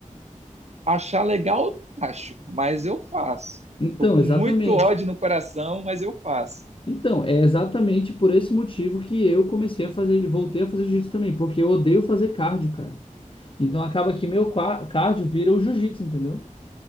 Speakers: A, on the right; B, on the left.
A: Achar legal, eu não acho, mas eu faço.
B: Então,
A: Tô com
B: exatamente.
A: muito ódio no coração, mas eu faço.
B: Então, é exatamente por esse motivo que eu comecei a fazer, voltei a fazer jiu-jitsu também, porque eu odeio fazer cardio, cara. Então acaba que meu qua- cardio vira o jiu-jitsu, entendeu?